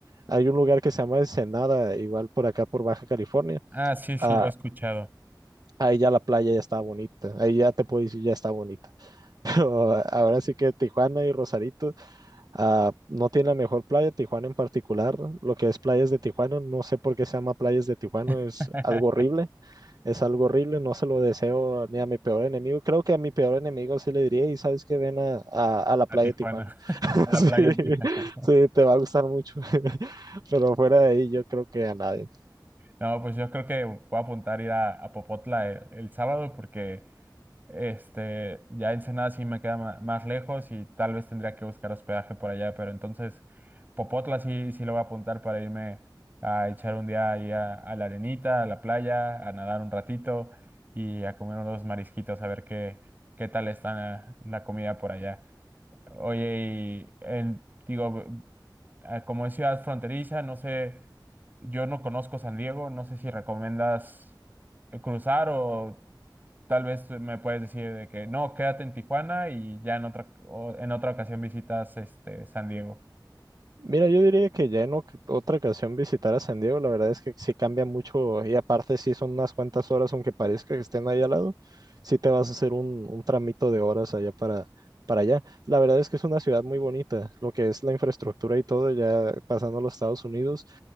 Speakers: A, on the right (about 55°); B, on the right (about 25°).
A: hay un lugar que se llama Ensenada, igual por acá por Baja California.
B: Ah, sí, sí,
A: Ah,
B: lo he escuchado.
A: ahí ya la playa ya está bonita, ahí ya te puedo decir ya está bonita. <laughs> Pero ahora sí que Tijuana y Rosarito ah, no tiene la mejor playa, Tijuana en particular, lo que es playas de Tijuana, no sé por qué se llama playas de Tijuana,
B: <laughs>
A: es algo horrible es algo horrible, no se lo deseo ni a mi peor enemigo. Creo que a mi peor enemigo sí le diría, y sabes que ven a, a, a la playa
B: A Tijuana,
A: de Tijuana.
B: <laughs> a
A: <laughs>
B: la playa de Tijuana.
A: Sí, sí, te va a gustar mucho. <laughs> Pero fuera de ahí, yo creo que a nadie.
B: No, pues yo creo que voy a apuntar a ir a, a Popotla el, el sábado porque Este, ya Ensenada sí me queda ma- más lejos y tal vez tendría que buscar hospedaje por allá, pero entonces Popotla sí, sí lo voy a apuntar para irme a echar un día ahí a, a la arenita, a la playa, a nadar un ratito y a comer unos marisquitos, a ver qué, qué tal está la, la comida por allá. Oye, y en- digo, ah, como es ciudad fronteriza, no sé, yo no conozco San Diego, no sé si recomiendas eh, cruzar o tal vez me puedes decir de que no, quédate en Tijuana y ya en otra, o- en otra ocasión visitas este San Diego.
A: Mira, yo diría que ya en oc- otra ocasión visitar a San Diego, la verdad es que sí cambia mucho y aparte sí son unas cuantas horas, aunque parezca que estén ahí al lado, sí te vas a hacer un, un tramito de horas allá para, para allá. La verdad es que es una ciudad muy bonita, lo que es la infraestructura y todo, ya pasando a los Estados Unidos,